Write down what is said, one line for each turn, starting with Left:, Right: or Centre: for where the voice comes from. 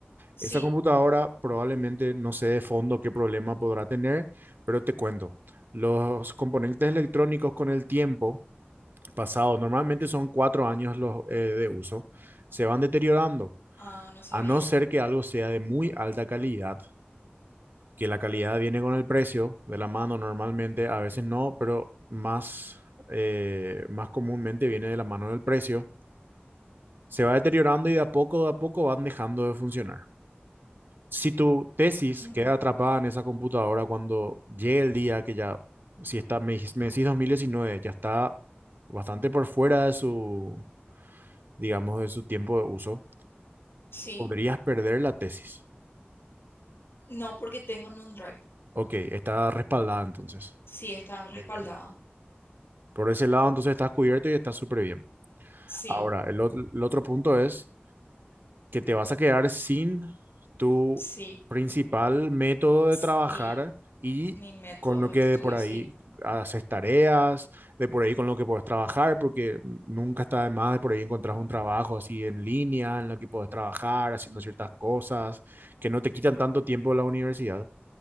Left: sí.
Right: Esa computadora probablemente no sé de fondo qué problema podrá tener, pero te cuento. Los componentes electrónicos con el tiempo pasado, normalmente son cuatro años los, eh, de uso, se van deteriorando,
Left: Ah, no sabía.
Right: a no ser
Left: <laughs>
Right: que algo sea de muy alta calidad, que la calidad viene con el precio de la mano normalmente, a veces no, pero más, eh, más comúnmente viene de la mano del precio, se va deteriorando y de a poco, de a poco van dejando de funcionar. Si tu tesis
Left: Mm,
Right: queda atrapada en esa computadora cuando llegue el día que ya, si está, me, dijis- me decís 2019, ya está bastante por fuera de su, digamos, de su tiempo de uso,
Left: Sí,
Right: podrías perder la tesis.
Left: no porque tengo en un drive.
Right: Ok, está respaldada entonces.
Left: Sí, está respaldada.
Right: Genial. Por ese lado, entonces estás cubierto y estás súper bien.
Left: Sí,
Right: Ahora, el, ot- el otro punto es que te vas a quedar sin tu
Left: sí,
Right: principal método
Left: sí.
Right: de trabajar y
Left: Mi método
Right: con lo
Left: de
Right: que
Left: estudio,
Right: de por
Left: sí.
Right: ahí haces tareas, de por ahí con lo que puedes trabajar, porque nunca está de más de por ahí encontrar un trabajo así en línea, en lo que puedes trabajar, haciendo ciertas cosas que no te quitan tanto tiempo de la universidad.